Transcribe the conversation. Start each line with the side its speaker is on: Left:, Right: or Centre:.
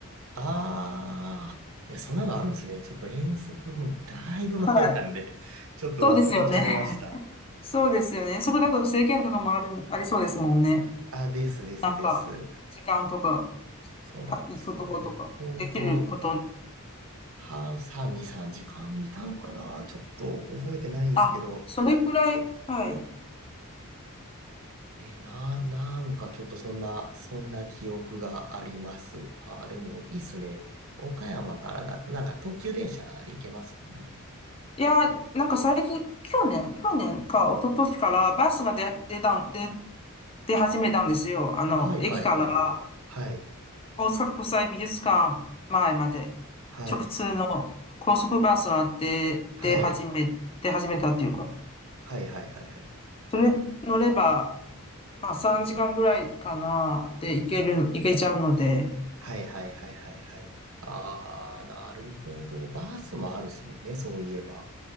Right: あー、えそんなのあるんですね。ちょっと遠足もだいぶ前なんで、
Left: はい。
Right: ちょっと忘れちゃいました。
Left: そうですよね。<laughs> そうですよね。そこだと制限とかもある、ありそうですもんね。
Right: あ、ですですです。
Left: なんか、時間とか、
Right: そうなんですよね。
Left: た、行くとことか、
Right: 本当
Left: できること。
Right: 半、3、2、3時間見たのかなちょっと覚えてないんですけど、
Left: あ、それくらい、はい。
Right: ね、な、なんかちょっとそんな、そんな記憶があります。あー、でもいいっすね。岡山からだとなんか東急電車で行けますもんね。
Left: いや、なんか最近、去年、去年か一昨年からバスが出、出たん、出出始めたんですよ。あの、
Right: はいはいはい。
Left: 駅から
Right: はい。
Left: 大阪国際美術館前まで
Right: はい。
Left: 直通の高速バスが出、
Right: はい。
Left: 出始め、出始めたっていうか、
Right: はいはいはいはい。
Left: それ乗れば、まあ3時間ぐらいかなで行ける、行けちゃうので、
Right: はいはいはいはいはい。あー、なるほど。バースもあるっすもんね、そういえば。